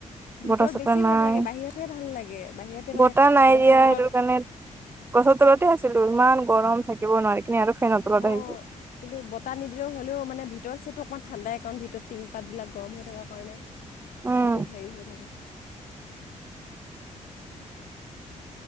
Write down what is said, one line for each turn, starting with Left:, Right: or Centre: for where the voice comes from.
Left: ভিতৰত
Right: বতাহ চতাহ
Left: বেছি
Right: নাই
Left: গৰম লাগে। বাহিৰতহে ভাল লাগে। বাহিৰতে
Right: বতাহ
Left: মানে
Right: নাই
Left: গছৰ
Right: দিয়া
Left: তলত
Right: কাৰণে গছৰ তলতে আছিলো। ইমান গৰম থাকিব নোৱাৰি <unintelligible>
Left: অ
Right: আহিছো
Left: কিন্তু বতাহ নিদিলেও হ'লেও মানে ভিতৰ চাইডটো অকমান ঠাণ্ডাই কাৰণ ভিতৰত টিং পাতবিলাক গৰম হৈ থকাৰ কাৰণে
Right: উম
Left: গোটেই হেৰি হৈ থাকে